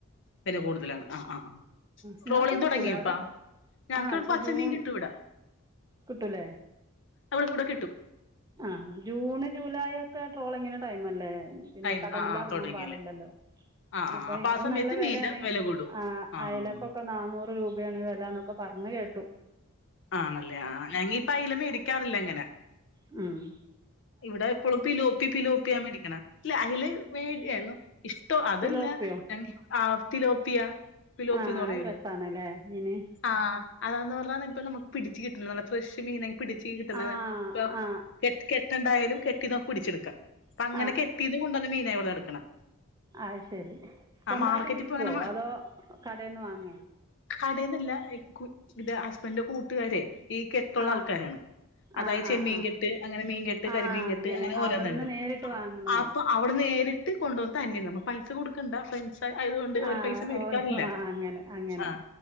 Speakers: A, on the left; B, on the right.
A: വെല കൂടുതലാണ് ആ ആ.
B: നിങ്ങൾക്ക്
A: ട്രോളിങ്
B: കിട്ടില്ലേ
A: തൊടങ്ങിയപ്പാ..
B: അവിടെ
A: ഞ്ഞാക്
B: ആ ഇപ്പോൾ
A: പച്ചമീൻ
B: ജൂൺ
A: കിട്ടും ഇവടെ
B: കിട്ടില്ലേ
A: അവിടെക്കവിടെ കിട്ടും..
B: ആഹ്. ജൂണ് ജൂലായൊക്കെ ട്രോളിങ്ങിനെ ടൈംമല്ലേ.. പിന്നെ
A: ടൈം
B: കടലിലെറങ്ങാ
A: ആ ആ തുടങ്ങിയല്ലേ
B: പാടില്ലല്ലോ..
A: ആ ആ
B: അപ്പൊ
A: ആ.
B: ഇപ്പ
A: ആ സമയത്ത്
B: നല്ല വെലയാണെ
A: മീന്റെ വില കൂടും
B: ആ അയലക്കൊക..
A: ആ
B: നാന്നൂറ് രൂപേണ് വെലന്നൊക്കെ പർണ്കേട്ടു..
A: ആ ആണല്ലേ ആ ഞങ്ങീപ്പ അയില മേടിക്കാറില്ലങ്ങനെ..
B: മ്മ്ഹ്..
A: ഇവിടെ എപ്പോളും പിലോപ്പി പിലോപ്പിയ മേടിക്ണെ ല്ല അയില മേട് എന്നു.. ഇഷ്ടോ അതല്ല.
B: തിലോപ്പിയോ
A: ആ തിലോപ്പിയ.. പ്പിലോപ്പിന്ന്
B: ആ
A: പറയുലേ..
B: അത് രസമാണ് അല്ലേ മീൻ
A: ആഹ് അതാന്ന്പറഞ്ഞാ നമക്ക് പിടിച്ച് കിട്ട്ണതാണ് ഫ്രഷ് മീനെ.. പിടിച്ച് കിട്ട്ണത്.
B: ആ
A: പ്പ
B: ആ
A: കെട്ട് കെട്ട്.. കെണ്ടായാലും കെട്ടി നമുക്ക് പിടിച്ട്ക്കാ. പ്പങ്ങനെ
B: ആ ആ
A: കെട്ടീത് കൊണ്ടന്ന മീനാവിട്ന്നട്ക്ണെ..
B: ആഹ് ശെരി സ്വന്തായിട്ട്
A: മാർക്കറ്റ്
B: പിടിക്കുവോ.
A: ഇപ്പ അങ്ങനെ
B: അതോ കടേന്ന് വാങ്ങേ..
A: കടേന്നല്ല. ഈ കു ഹസ്ബൻഡന്റെ കൂട്ടുകാരെ.. ഈ കെട്ടുള്ള
B: ആ
A: ആൾക്കാരാണ്. അതായ
B: ആ
A: ചെമ്മീൻ
B: ആ ആ
A: കെട്ട്. അങ്ങനെ മീകെട്ട്..
B: ആ
A: കരിമീൻ കെട്ട് അങ്ങനെ ഓരോന്ന്ണ്ട്.
B: അവിടെ നിന്ന് നേരിട്ട് വാങ്ങുന്നതാവും
A: അപ്പൊ ആ.. അവിടെ നേരിട്ട് കൊണ്ടോന്ന് തന്നെയ നമ്മ പൈസ കൊടുക്കണ്ട. ഫ്രണ്ട്.. ൻഡ്സ് ആയത്കൊണ്ട്. ഓര്
B: ആ
A: പൈസ മേടികാറില്ല.
B: ഓല ആ അങ്ങനെ അങ്ങനെ
A: ആ